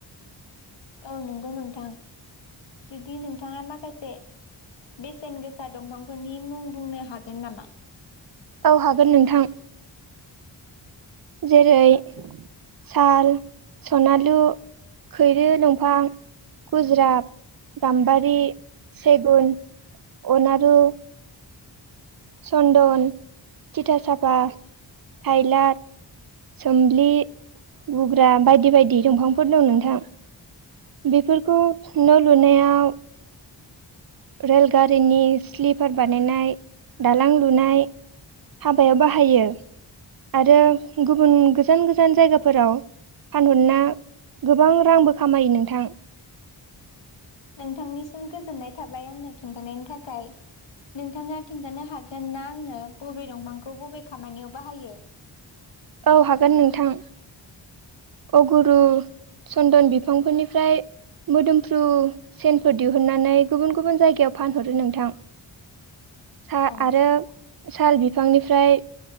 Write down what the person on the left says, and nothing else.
औ नंगौ नोंथां जुदि नोंथाङा माखासे बेसेन गोसा दंफांफोरनि मुं बुंनो हागोन नामा?
नोंथांनिसिम गोज गोजोननाय थाबाय आंनो खिन्थानायनि थाखाय नोंथाङा खिन्थानो हागोन ना आंनो बबे दंफांखौ बबे खामानियाव बाहायो
अ